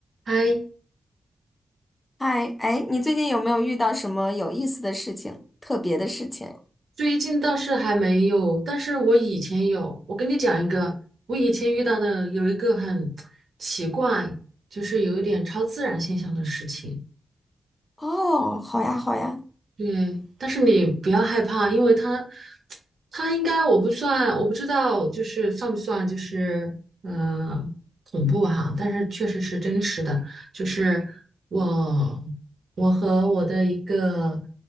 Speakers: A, on the right (about 65°); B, on the left (about 20°).
A: 还
B: 嗨，哎，你最近有没有遇到什么有意思的事情、特别的事情？
A: 最近倒是还没有，但是我以前有。我跟你讲一个，我以前遇到的有一个很奇怪，就是有一点超自然现象的事情。
B: 哦，好呀，好呀。
A: 对，但是你不要害怕，因为他，他应该我不算，我不知道，就是算不算就是嗯恐怖哈、但是确实是真实的，就是我我和我的一个